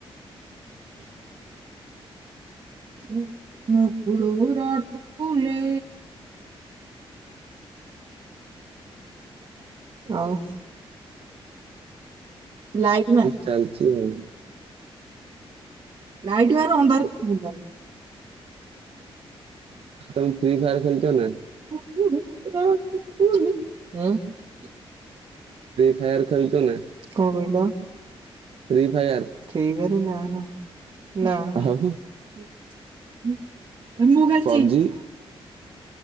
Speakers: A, on the right; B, on the right.
A: ହ କିଏ ନକୁଳୁର କୁକୁଲେ ଆଉ ଲାଇଟ୍ ମାରେ।
B: ଚାଲିଚି ଆଉ।
A: ଲାଇଟ୍ ମାରେ ଅନ୍ଧାରେ ଭୁଲ୍ ଭାଲ୍
B: ତମେ ଫ୍ରି ଫାୟାର ଖେଳୁଚ ନା?
A: ଆଁ <unintelligible>
B: ଫ୍ରି ଫାୟର ଖେଳୁଚ ନା?
A: କଣ କହିଲ?
B: Free Fire.
A: ଫ୍ରି ଫାୟାର ନା ନା ନାଁ
B: ଆଉ
A: - ମୁଁ ଖେଳୁଚି।
B: ପବଜି